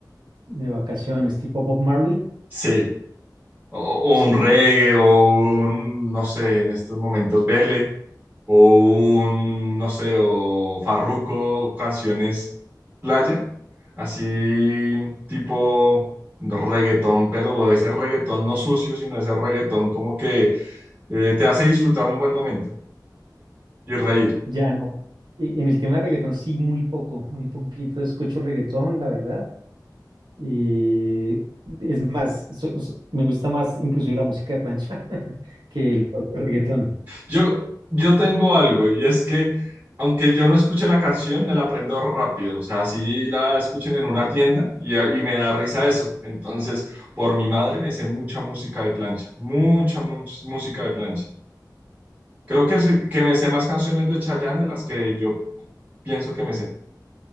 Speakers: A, on the right; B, on the right.
A: De vacaciones, tipo Bob Marley,
B: Sí, o, o
A: sí,
B: un reggae o un, no sé, en estos momentos, vele. o un, no sé, o Farruko, canciones playa, así tipo reggaetón, pero de ese reggaetón no sucio, sino ese reggaetón como que eh, te hace disfrutar un buen momento y reír.
A: ya no. E- En el tema de reggaetón, sí, muy poco, muy poquito escucho reggaetón, la verdad. Eh, es más, so- so- me gusta más inclusive la música de plancha <laughs> que el propio reggaetón.
B: Yo, yo tengo algo y es que aunque yo no escuche la canción, me la aprendo rápido, o sea, así la escuchen en una tienda y, y me da risa eso. Entonces, por mi madre me sé mucha música de plancha, mucha, mucha música de plancha. Creo que, se- que me sé más canciones de Chayanne de las que yo pienso que me sé.